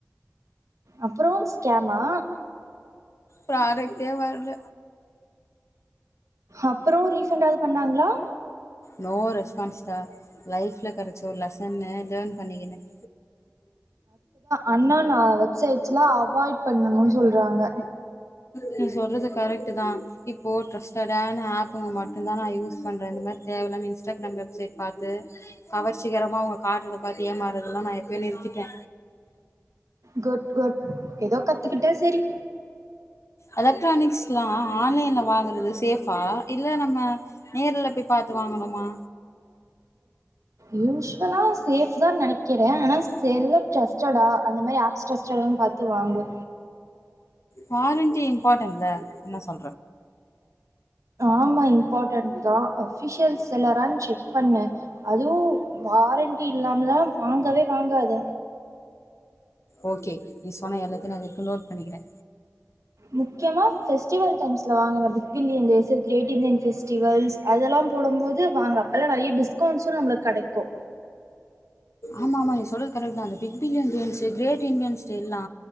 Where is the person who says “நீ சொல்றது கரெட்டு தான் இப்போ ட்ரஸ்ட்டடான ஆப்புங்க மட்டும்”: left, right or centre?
Left